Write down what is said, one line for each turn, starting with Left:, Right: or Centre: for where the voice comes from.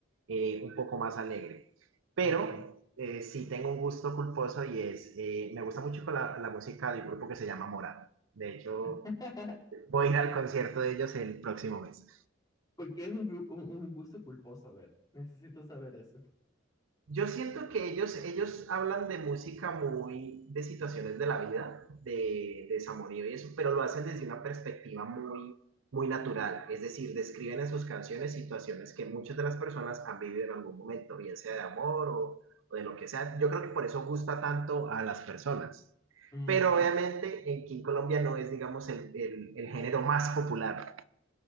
Right: eh, un poco más alegre. Pero
Left: ah, ok.
Right: eh, sí tengo un gusto culposo y es, eh, me gusta mucho la, la música del grupo que se llama Morat. De hecho,
Left: <laughs>
Right: Voy a ir al concierto de ellos el próximo mes.
Left: Porque es un, gru- un, un gusto culposo, a ver, necesito saber eso.
Right: Yo siento que ellos, ellos hablan de música muy, de situaciones de la vida, de, de desamorío y eso, pero lo hacen desde una perspectiva muy, muy natural. Es decir, describen en sus canciones situaciones que muchas de las personas han vivido en algún momento, bien sea de amor o, o de lo que sea. Yo creo que por eso gusta tanto a las personas.
Left: Mm,
Right: Pero
Left: sí.
Right: obviamente en- aquí en Colombia no es, digamos, el, el- el género más popular.